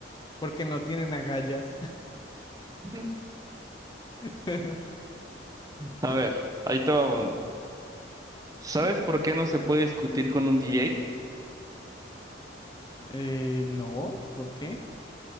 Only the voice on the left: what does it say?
Porque no tienen agallas.
<laughs>
Eh, no, ¿por qué?